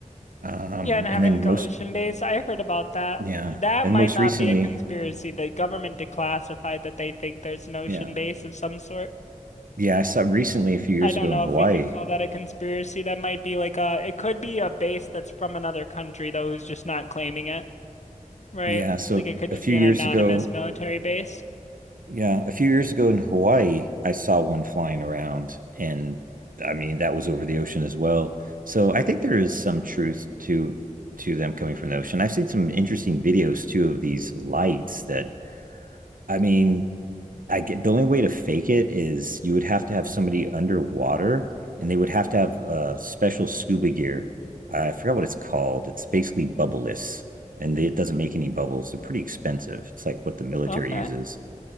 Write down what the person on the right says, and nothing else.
Um,
and then
most,
yeah,
and
most
recently,
yeah,
yeah, I saw recently a few years
ago
in Hawaii.
Yeah, so
a
few
years
ago,
Yeah, a few years ago in Hawaii, I saw one flying around, and I mean that was over the ocean as well. So I think there is some truth to to them coming from the ocean. I've seen some interesting videos too of these lights that I mean, I get the only way to fake it is you would have to have somebody underwater and they would have to have uh special scuba gear. I forgot what it's called. It's basically bubbleless and they, it doesn't make any bubbles. They're pretty expensive. It's like what the military
uses